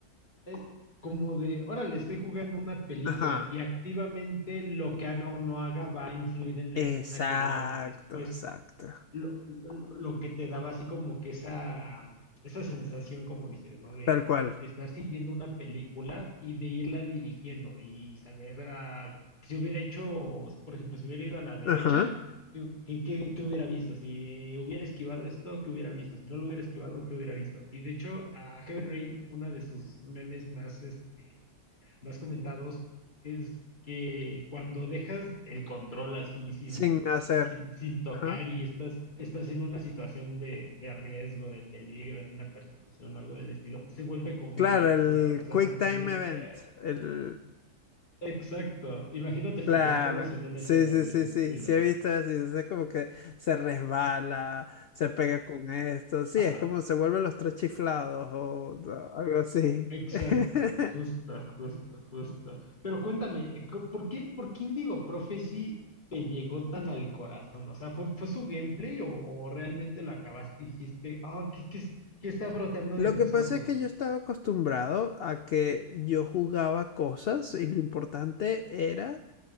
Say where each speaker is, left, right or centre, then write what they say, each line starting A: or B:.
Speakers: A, on the left; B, on the left.
A: eh, como de, órale, estoy jugando una película
B: Ajá.
A: y activamente lo que haga o no haga va a influir en la
B: Exacto,
A: escena que voy a ver después.
B: exacto.
A: lo, lo, lo que te daba así como que esa, esa sensación, como dices, ¿no? De,
B: Tal cual.
A: de, de estar siguiendo una película y de irla dirigiendo y saber ah, si hubiera hecho, por ejemplo, si hubiera ido a la derecha,
B: Ajá.
A: ¿qué, qué- qué- qué hubiera visto? Si hubiera esquivado esto, ¿qué hubiera visto? Si no lo hubiera esquivado, ¿qué hubiera visto? Y de hecho, a Heaven Rain, una de sus memes más, este, más comentados es que cuando dejas el control así sin,
B: Sin hacer.
A: sin, sin tocar
B: Ajá.
A: y estás, estás en una situación de, de riesgo, de peligro, en una persecución o algo del estilo, se vuelve comedia
B: Claro, el
A: pura. O sea,
B: Quick
A: porque...
B: Time Event.
A: eh,
B: El...
A: exacto. Imagínate
B: Claro,
A: fallar todos en una
B: sí,
A: escena
B: sí,
A: de
B: sí,
A: ese estilo.
B: sí, sí he visto eso, y entonces es como que se resbala, se pega con esto, sí,
A: Ajá.
B: es como se vuelven los tres chiflados o o algo así.
A: Exacto,
B: <laughs>
A: justo, justo, justo. Pero cuéntame, eh, cu- ¿por qué, por qué Indigo Prophecy te llegó tan al corazón? O sea, ¿fue, fue su gameplay o, o realmente lo acabaste y dijiste, ah, ¿qué, qué, es- qué está brotando
B: Lo
A: de mis
B: que pasa
A: ojos?
B: es que yo estaba acostumbrado a que yo jugaba cosas y lo importante era,